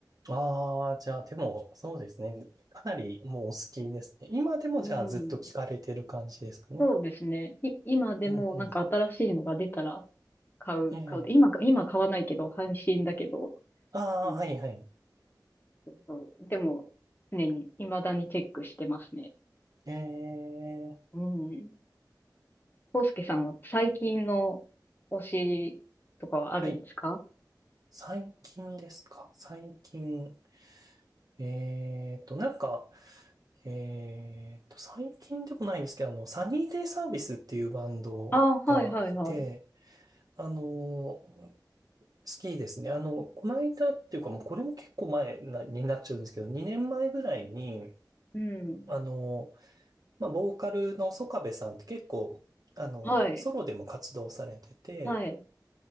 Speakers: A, on the right (about 55°); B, on the left (about 30°).
A: ああ、じゃあ、でも、そうですね。かなりもうお好きですね。今でもじゃあずっと聞かれてる感じですかね。
B: うん。そうですね。い、今でもなんか新しいのが出たら
A: うんうん。
B: 買う、
A: ええ
B: 買う。今今買わないけど、半信だけど。
A: ああ、
B: うん。
A: はいはい。
B: そう。でも、常に、未だにチェックしてますね。
A: ええ
B: うん。康介さんは最近の推しとかはあるんですか
A: はい。最近ですか最近。えーと、なんか、えーと、最近でもないんですけど、あの、サニーデイサービスっていうバンドがいて、
B: ああ、はいはいはい。
A: あの、好きですね。あの、この間っていうか、もうこれも結構前なになっちゃうんですけど、2年前ぐらいに、
B: うん。
A: あの、まあ、ボーカルのソカベさんって結構、あの、
B: はい。
A: ソロでも活動されてて、
B: はい。